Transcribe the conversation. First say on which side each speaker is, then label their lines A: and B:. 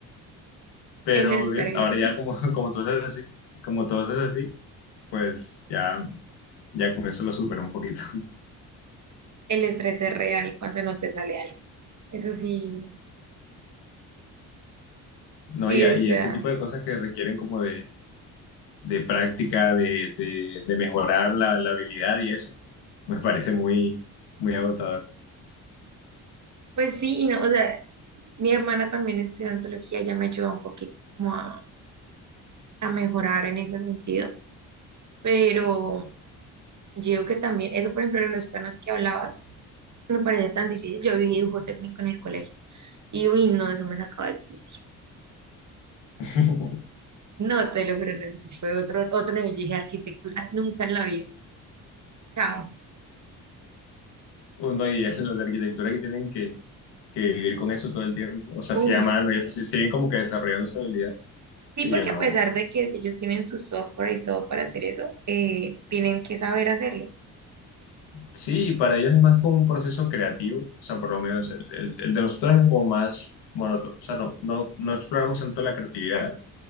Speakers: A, on the left; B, on the right.
A: Pero
B: el estrés,
A: bien, ahora ya como, <laughs> como todo es así, como todo es así, pues ya, ya con eso lo supero un poquito. <laughs>
B: el estrés es real cuando no te sale algo. Eso sí,
A: No,
B: sí,
A: y, y
B: o sea,
A: ese tipo de cosas que requieren como de, de práctica, de, de, de mejorar la, la habilidad y eso, me parece muy, muy agotador.
B: pues sí, y no, o sea, mi hermana también estudió antología, ya me ayudó un poquito como a, a mejorar en ese sentido, pero Yo digo que también, eso por ejemplo de los planos que hablabas, me parecía tan difícil. Yo vi dibujo técnico en el colegio y uy, no, eso me sacaba de quicio.
A: <laughs>
B: No, te lo juro, no, eso sí fue otro, otro nivel. Yo dije arquitectura, nunca en la vida. Chao.
A: Bueno, y <laughs> los de arquitectura que tienen que, que vivir con eso todo el tiempo, o sea,
B: Uy,
A: sí a mano
B: sí.
A: y eso, sí, siguen como que desarrollando su habilidad.
B: Sí,
A: Sí,
B: porque
A: yo no.
B: a pesar de que ellos tienen su software y todo para hacer eso, eh, tienen que saber hacerlo.
A: Sí, para ellos es más como un proceso creativo, o sea, por lo menos el, el- el de nosotros es como más monótono, o sea, no, no, no exploramos tanto la creatividad,